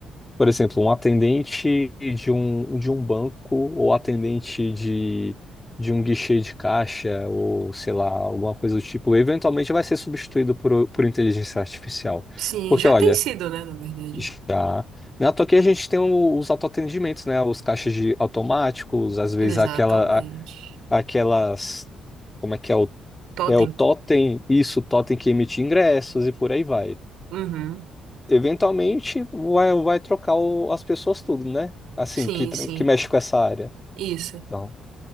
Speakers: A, on the left; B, on the right.
A: Por exemplo, um atendente de um, de um banco ou atendente de, de um guichê de caixa ou, sei lá, alguma coisa do tipo, eventualmente vai ser substituído por, o- por inteligência artificial.
B: Sim,
A: Porque,
B: já
A: olha,
B: tem sido, né, na verdade.
A: já... Na toa aqui a gente tem o- os autoatendimentos, né? Os caixas de automáticos, às vezes
B: Exatamente.
A: aquela, a- aquelas... Como é que é o,
B: Totem.
A: é o totem? Isso, o totem que emite ingressos e por aí vai
B: Uhum.
A: eventualmente vai, vai trocar o- as pessoas tudo, né? Assim,
B: Sim,
A: que, tra-
B: sim.
A: que mexe com essa área.
B: Isso.
A: Então,